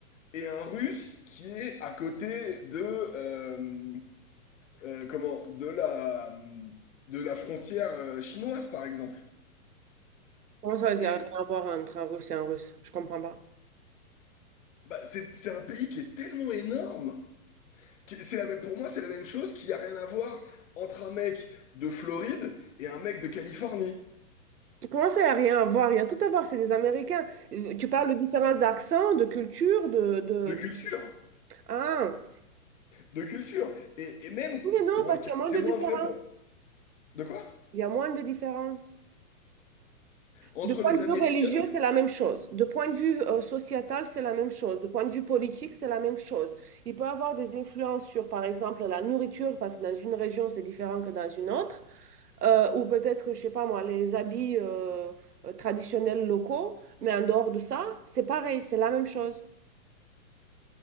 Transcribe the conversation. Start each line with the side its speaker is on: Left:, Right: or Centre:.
Left: et un Russe qui est à côté de... euh, euh, comment, de la, de la frontière euh, chinoise, par exemple.
Right: Comment ça, il n'y
Left: Et
Right: a rien à voir entre un Russe et un Russe? Je comprends pas.
Left: bah, c'est, c'est un pays qui est tellement énorme, que c'est la même, pour moi, c'est la même chose qu'il n'y a rien à voir entre un mec de Floride et un mec de Californie.
Right: Comment ça, il n'y a rien à voir? Il y a tout à voir, c'est des Américains. Euh, Tu parles de différence d'accent, de culture, de, de,
Left: De
Right: de-
Left: culture,
Right: Ah,
Left: de culture. Et, et même,
Right: oui, mais non,
Left: pour
Right: parce
Left: le cas,
Right: qu'il y a moins
Left: c'est
Right: de
Left: moins
Right: différence.
Left: vrai pour... De quoi?
Right: Il y a moins de différence.
Left: Entre
Right: De point
Left: les
Right: de
Left: Américains
Right: vue religieux, c'est la même chose. De point de vue euh, sociétal, c'est la même chose. De point de vue politique, c'est la même chose. Il peut avoir des influences sur, par exemple, la nourriture, parce que dans une région, c'est différent que dans une autre. Euh, ou peut-être, je sais pas moi, les habits euh, euh, traditionnels locaux, mais en dehors de ça, c'est pareil, c'est la même chose.